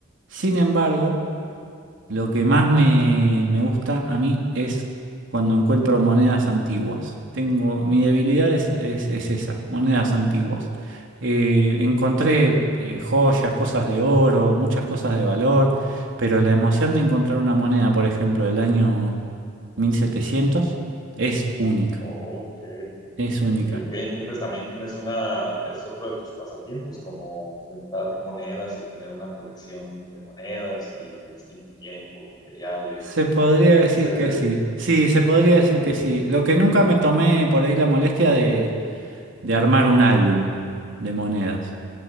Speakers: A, on the right (about 75°); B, on the left (about 20°).
A: Sin embargo,
B: Ajá.
A: lo que más me, me gusta a mí es cuando encuentro monedas antiguas. Tengo, mi debilidad
B: Ah,
A: es,
B: ah,
A: es-
B: ok.
A: es esa, monedas antiguas. Eh, encontré eh, joyas, cosas de oro, muchas cosas de valor, pero la emoción de encontrar
B: Ajá.
A: una moneda, por ejemplo, del año 1700, es única,
B: Ok,
A: es
B: ok,
A: única.
B: ok. Entonces también tienes una, es otro de tus pasatiempos, como juntar monedas y tener una colección de monedas y de distintos tiempos, materiales,
A: Se podría decir
B: etcétera.
A: que sí, sí, se podría decir
B: Ah,
A: que sí. Lo que nunca me tomé por ahí la molestia de de armar un álbum de monedas.